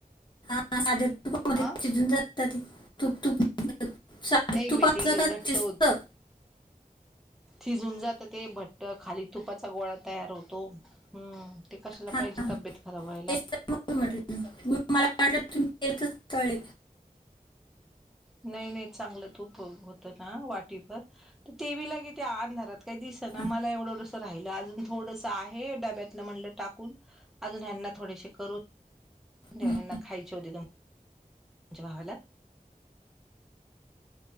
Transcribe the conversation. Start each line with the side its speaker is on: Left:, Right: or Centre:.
Left: हा साध्या तुपामध्ये
Centre: हा
Left: शिजून जातात ते तूप तूप साडे
Centre: नाही
Left: तू
Centre: बाई
Left: पाच
Centre: ते
Left: ला का
Centre: घट्ट
Left: चिस्त
Centre: िजून जातं ते भट्ट खाली तुपाचा गोळा तयार होतो हम्म ते कशाला
Left: हा
Centre: पाहिजे तब्येत खराब व्हायला
Left: तेच तर मग म्हटलं मला म्हटलं तुम येत तळे
Centre: नाही नाही चांगलं तूप होतं ना वाटीभर तर तेवी लागे ते अंधारात काही दिस ना
Left: हा,
Centre: मला एवढं एढंसं राहिलं अजून थोडंसं आहे डब्यातलं म्हटलं टाकूनजून हना थो कर णव्यांना
Left: हम्म.
Centre: खायचे होते तुम व्हावाला